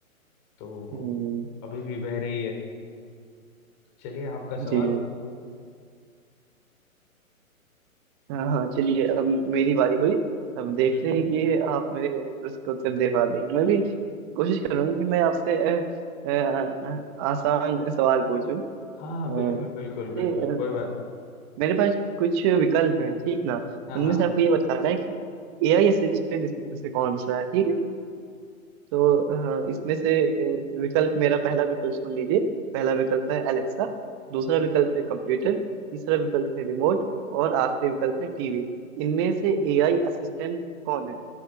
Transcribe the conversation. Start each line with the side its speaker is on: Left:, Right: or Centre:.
Left: तो
Right: हम्म,
Left: अभी भी बह रही है चलिए आपका सवाल
Right: जी हाँ हाँ चलिए अब मेरी बारी हुई अब देखते
Left: हम्म हम्म।
Right: हैं कि आप मेरे प्रश्न को उत्तर दे पा देंगे मैं भी कोशिश करूंगा कि मैं आपसे अ, अ, अ, आसान सवाल पूछूं
Left: हाँ
Right: हाँ,
Left: हाँ बिल्कुल
Right: अरे,
Left: बिल्कुल बिल्कुल
Right: अ,
Left: कोई बात
Right: मेरे पास कुछ विकल्प हैं ठीक ना
Left: नहीं
Right: उनमें
Left: हाँ हाँ
Right: से आपको ये बताना है कि एआई असिस्टेंट इसमें से कौन सा है ठीक है तो हाँ इसमें से अ, विकल्प मेरा पहला विकल्प सुन लीजिए पहला विकल्प है एलेक्सा दूसरा विकल्प है कंप्यूटर तीसरा विकल्प है रिमोट और आखिरी विकल्प है टीवी इनमें से एआई असिस्टेंट कौन है